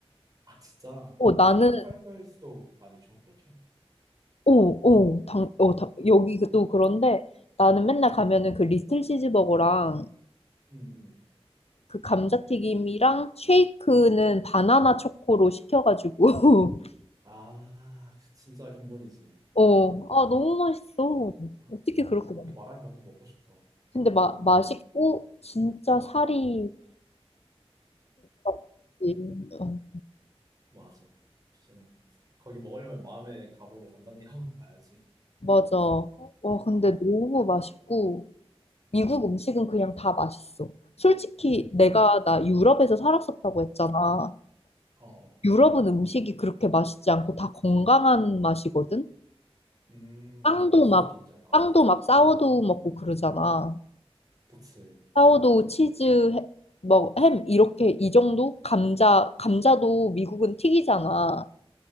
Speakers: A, on the right; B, on the left.
A: 아, 진짜.
B: 어, 나는,
A: 한국 파이브가이즈도 많이 줘, 그렇게?
B: 오, 오, 당, 어, 당, 여기도 그런데 나는 맨날 가면은 그 리틀 치즈버거랑
A: 응, 응.
B: 그 감자튀김이랑 쉐이크는 바나나 초코로 시켜가지고, <laughs>
A: 아, 그 진짜 근본이지.
B: 어, 아, 너무 맛있어.
A: 아,
B: 어떻게 그렇게
A: 어, 그렇게
B: 먹어?
A: 말하니까 또 먹고 싶다.
B: 근데 마, 맛있고, 진짜 살이 없지. 어,
A: 맞아. 좀, 거기 먹으려면 마음의 각오를 단단히 <laughs> 하고 가야지.
B: 맞아. 와, 근데
A: 어,
B: 너무 맛있고, 미국 음식은 그냥 다 맛있어. 솔직히 내가 나 유럽에서 살았었다고 했잖아.
A: 어, 어.
B: 유럽은 음식이 그렇게 맛있지 않고 다 건강한 맛이거든.
A: 음,
B: 빵도
A: 어, 무슨
B: 막
A: 느낌인지 알 것
B: 빵도
A: 같아.
B: 막 사워도우 먹고 그러잖아.
A: 그치.
B: 사워도우 치즈 해- 뭐 햄 이렇게 이 정도? 감자 감자도 미국은 튀기잖아.